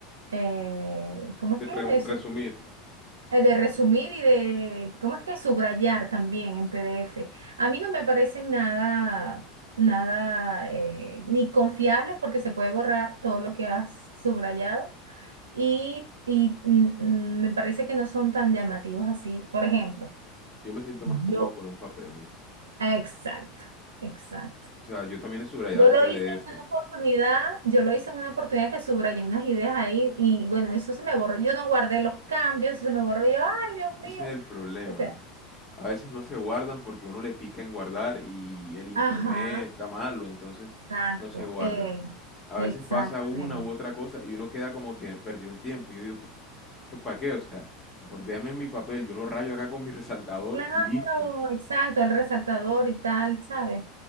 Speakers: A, on the right (about 80°); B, on the left (about 25°).
A: eh, ¿cómo es
B: Re-
A: que? De,
B: resumir,
A: su- eh, de resumir y de, ¿cómo es que? Subrayar también en PDF. A mí no me parecen nada, nada, eh, ni confiables porque se puede borrar todo lo que has subrayado y, y mm, mm, me parece que no son tan llamativos así. Por ejemplo.
B: yo me siento
A: Yo,
B: más cómodo con un papel, Mary.
A: Exacto, exacto.
B: O sea, yo también he subrayado
A: Yo
B: en
A: lo
B: PDF,
A: hice en una oportunidad, yo lo hice en una oportunidad que subrayé unas ideas ahí y bueno, eso se me borró. Yo no guardé los cambios, eso se me borró. y Yo, ay, Dios
B: que
A: mío.
B: ese es el problema.
A: O sea,
B: A veces no se guardan porque uno le pica en guardar y el internet
A: ajá,
B: está malo, entonces
A: exacto,
B: no se guarda.
A: eh,
B: A
A: exactamente.
B: veces pasa una u otra cosa y uno queda como que perdió el tiempo. Yo digo, pero ¿esto para qué? O sea, mejor déjame mi papel, yo lo rayo acá con mi resaltador
A: Claro,
B: y listo.
A: exacto, el resaltador y tal, ¿sabes?